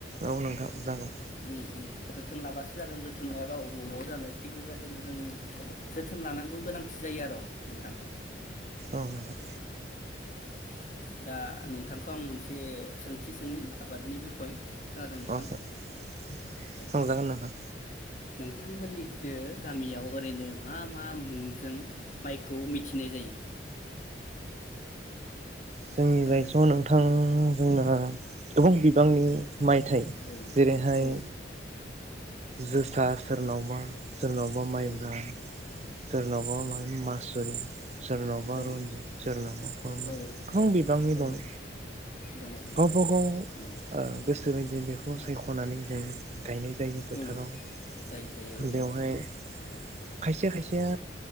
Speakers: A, on the right (about 35°); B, on the left (about 40°).
A: औ नोंथां जागौ
B: उम उम जोथोन लाबासो जागोन जोथोन लायाबा बबाव बबाव जानो थिग बेबायदिनो जों जोथोन लानांगौ गोनांथि जायो आरो नोंथां
A: औ नोंथां
B: औ दा नोंथांखौ आं मोनसे सोंथि सोंनि आबादनि बिखय खोनादों नोंथां
A: अ स
B: औ
A: सोंजागोन नोंथां
B: नोंथांमोननिसो गामियाव ओरैनो मा मा मुंजों माइखौ मिथिनाय जायो
A: जोंनि
B: खोनादों
A: जायथ नोंथां जोंना गोबां बिबांनि मायथाइ
B: औ
A: जेरैहाय
B: औ
A: जोसा सोरनावबा सोरनावबा माइब्रा
B: औ
A: सोरनावबा माइ मासुरि सोरनावबा
B: औ
A: रनजित सोरनावबा खुरमा
B: औ
A: गोबां बिबांनि
B: औ
A: दं
B: दङ दङ
A: गावबा गाव ओ
B: औ
A: गोसो बेबायदि बेखौ सायखनानै जों गायनाय जायो फोथाराव
B: औ जायो जायो ओं
A: बेवहाय खायसे खायसेया